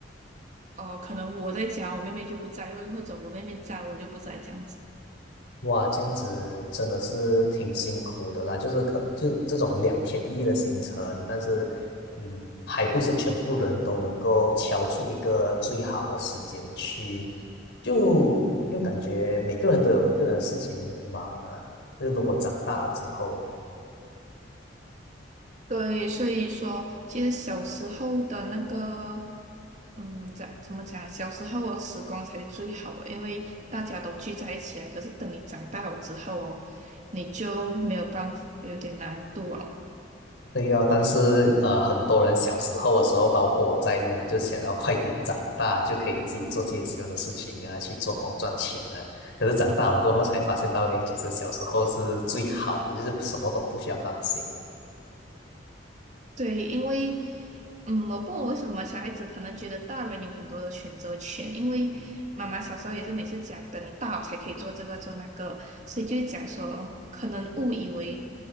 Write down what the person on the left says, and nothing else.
哇，这样子真的是挺辛苦的啦，就是可就是这种两天一夜的行程，但是嗯，还不是全部人都能够敲出一个最好的时间去，就就感觉每个人都有每个人的事情忙啊。就是如果长大了之后。
对哦，但是呃，很多人小时候的时候，包括我在内了，就想要快点长大，就可以自己做自己喜欢的事情啊，去做工赚钱啊。可是长大了过后才发现到，诶，其实小时候是最好的，就是什么都不需要担心。